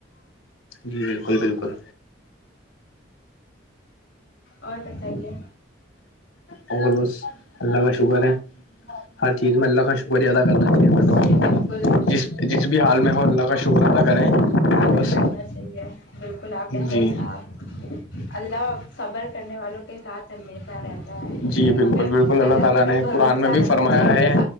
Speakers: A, on the left; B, on the left.
A: جی بالکل بالکل
B: اور کتائی کی
A: مگل بس اللہ کا شکر ہے ہر چیز میں اللہ کا شکریہ ادا کرنا چاہی
B: جی بالکل
A: جس جس بھی حال میں ہو اللہ کا شکر ادا کریں
B: فکر
A: بس
B: کرنا چاہیے بالکل آپ نےسح
A: جی
B: ہی کام اللہ صبر کرنے والوں کے ساتھ المی رہتا ہے
A: جی بالکل
B: ہمیں
A: بالکل
B: اللہ
A: تعالی
B: کے اوپر
A: نے
B: بھروسہ
A: قرآن میں بھی
B: کرنا
A: فرمایا
B: چاہیے
A: ہے